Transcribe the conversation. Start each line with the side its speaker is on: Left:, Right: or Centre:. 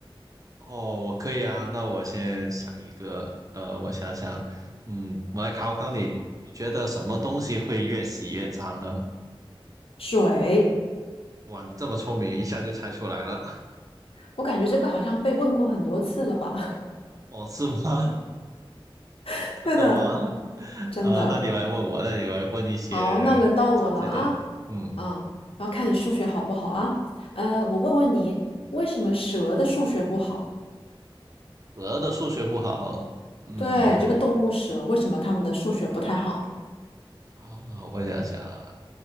Right: 哦，我可以啊。那我先想一个，呃，我想想，嗯，我来考考你，觉得什么东西会越洗越脏呢？
Left: 水，
Right: 哇，你这么聪明，一下就猜出来了。<laughs>
Left: 我感觉这个好像被问过很多次了吧？
Right: 哦，是吗？
Left: <laughs>
Right: 真的吗？
Left: 对的，
Right: <laughs>
Left: 真的。
Right: 啊、那你来问我，那你来问一些不常见的。
Left: 好，那轮到我了啊
Right: 嗯，
Left: 啊，然后看你数学好不好啊？呃，我问问你，为什么蛇的数学不好？
Right: 蛇的数学不好。嗯，
Left: 对，这个动物蛇，为什么它们的数学不太好？
Right: 啊，我想想啊